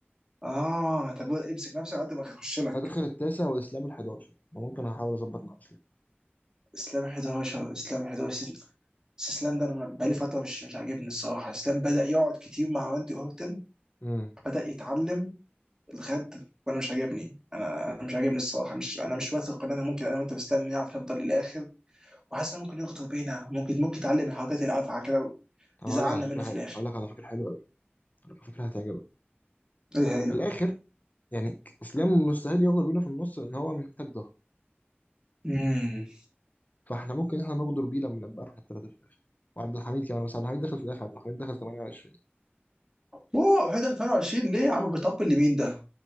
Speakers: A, on the right; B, on the left.
A: اه طب امسك نفسك قد ما هخش لك
B: انا داخل التاسع واسلام ال11 ممكن هحاول اظبط مع اسلام
A: اسلام 11 اسلام 11 بس بس اسلام ده انا بقالي فتره مش مش عاجبني الصراحه اسلام بدا يقعد كتير مع راندي اورتن
B: امم
A: بدا يتعلم الغد وانا مش عاجبني انا أنا مش عاجبني الصراحه مش انا مش واثق ان انا ممكن انا وانت في اسلام نعرف نفضل للاخر وحاسس إن ممكن يخطب بينا ممكن ممكن يتعلم الحركات الافعى كده
B: طب
A: يزعلنا
B: هقول لك على
A: منه
B: فكره
A: في
B: حلوه
A: الاخر
B: هقول لك على فكره حلوه قوي هقول لك على فكره هتعجبك
A: ايه هي
B: في الاخر يعني اسلام مستحيل يغدر بينا في النص لان هو محتاج ضهر
A: امم
B: فاحنا ممكن احنا نغدر بيه لما نبقى احنا الثلاثه في الاخر وعبد الحميد كمان بس عبد الحميد دخل في الاخر عبد الحميد دخل 28
A: اوه حاجه 28 ليه يا عم بيطبل لمين ده؟